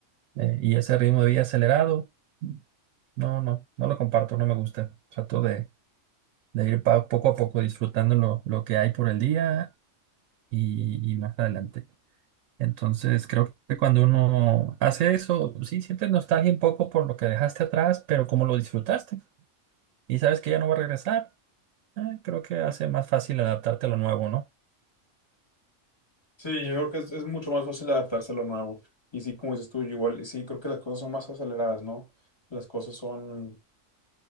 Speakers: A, on the right (about 75°); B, on the left (about 20°).
A: eh, y ese ritmo de vida acelerado, no, no, no lo comparto, no me gusta. Trato de, de ir pa- poco a poco disfrutando lo, lo que hay por el día y, y más adelante. Entonces, creo que cuando uno hace eso, sí sientes nostalgia un poco por lo que dejaste atrás, pero como lo disfrutaste y sabes que ya no va a regresar, eh, creo que hace más fácil adaptarte a lo nuevo, ¿no?
B: Sí, yo creo que es, es mucho más fácil adaptarse a lo nuevo. Y sí, como dices tú, yo igual, sí, creo que las cosas son más aceleradas, ¿no? Las cosas son,